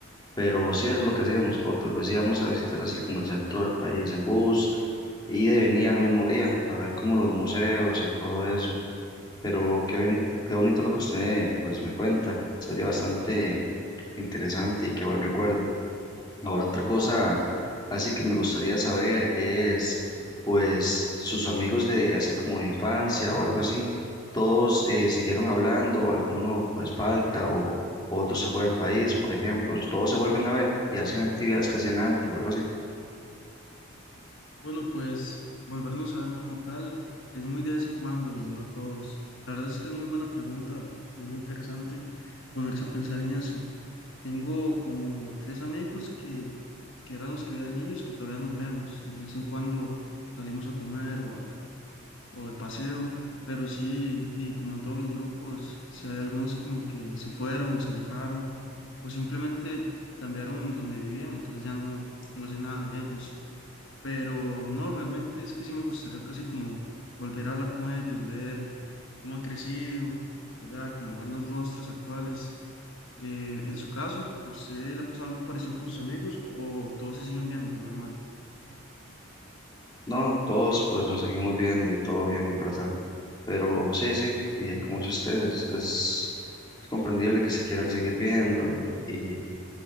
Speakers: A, on the left; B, on the left.
A: pero sí eso es lo que hacíamos, o tal vez íbamos a visitar así como el centro del país en bus, ida y venía al mismo día, a ver como los museos y todo eso, pero qué, boni- qué bonito lo que usted pues me cuenta, se oye bastante interesante y qué buen recuerdo. Ahora otra cosa así que me gustaría saber es, pues, sus amigos de así como de infancia o algo así, todos eh, siguieron hablando, o alguno pues falta o otro se fue del país, por ejemplo, todos se vuelven a ver y hacen actividades que hacían antes o algo así.
B: Bueno, pues volvernos a ver como tal es muy de vez en cuando y no todos. La verdad es que es muy buena pregunta, muy interesante ponerse a pensar en eso. Tengo como tres amigos que, que eran los que veía de niños que todavía nos vemos. De vez en cuando salimos a comer o, a- o de paseo, pero sí, y como en todos los grupos, si hay algunos como que se fueron o se alejaron o simplemente cambiaron donde vivían, entonces ya no, no sé nada de ellos. Pero no, realmente es que sí me gustaría casi como volver a hablar con ellos, ver cómo han crecido, ¿verdad? Como ver los rostros actuales. Eh, en su caso, ¿usted le ha pasado algo parecido con sus amigos o todos se siguen viendo normal?
A: No, todos pues nos seguimos viendo y todo bien, ¿verdad? Pero sí, sí, y ahí como dice usted, es, es comprendible que se quieran seguir viendo y, y